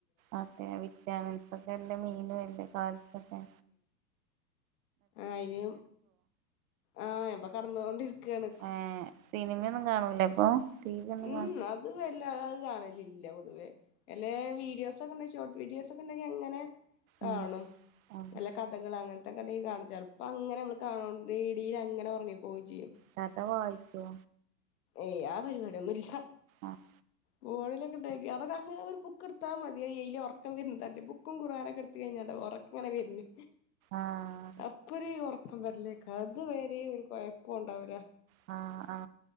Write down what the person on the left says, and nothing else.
അയിന് ആഹ എപ്പ കടന്നൊണ്ടിരിക്കാണ്
ഉം
ഉ അത് വെ ഇല്ല അത് കാണലില്ല പൊതുവേ ലേ വീഡിയോസൊക്കുണ്ടെ ഷോർട്ട് വീഡിയോസ് ഒക്കെ ഉണ്ടെങ്കിൽ അങ്ങനെ കാണും
നല്ല കഥകൾ അങ്ങൻ ത്തെക്ക ഇണ്ടങ്കി കാണും ചെൽപ്പം അങ്ങനെ നമ്മൾ കാണു <unintelligible> അങ്ങനെ ഒറങ്ങി പോവും ചെയ്യും
ഏയ് ആ പരിപാടിയൊന്നും ഇല്ല
ഫോണിലൊക്കെണ്ടങ്കി അതൊക്കെ അങ്ങ് ഒരു ബുക്ക് ഇട്ത്താ മതി അതെയിലെ ഒറക്കം വര്ന്നത് അറീല്ല. ബുക്കും കുറാനൊക്കെ എടുത്ത് കഴിഞ്ഞാണ്ട ഒറക്ക ഇങ്ങനെ വര്ന്
അപ്പൊര് ഒറക്കം വരലേക്കാരം അത് വരെ ഒരു കുഴപ്പം ഉണ്ടാവുല